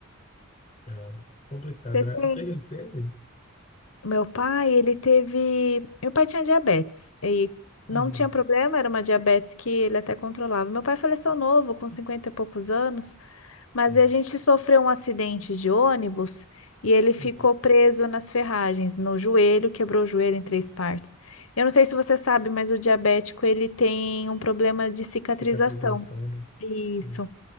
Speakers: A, on the left; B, on the left.
A: É complicado,
B: Você
A: né?
B: tem?
A: O que ele teve?
B: Meu pai, ele teve. Meu pai tinha diabetes e não
A: Uhum.
B: tinha problema, era uma diabetes que ele até controlava. Meu pai faleceu novo, com 50 e poucos anos, mas
A: É.
B: a gente sofreu um acidente de ônibus e ele ficou
A: Uhum.
B: preso nas ferragens, no joelho, quebrou o joelho em três partes. Eu não sei se você sabe, mas o diabético ele tem um problema de cicatrização.
A: Cicatrização, né?
B: Isso.
A: Sim.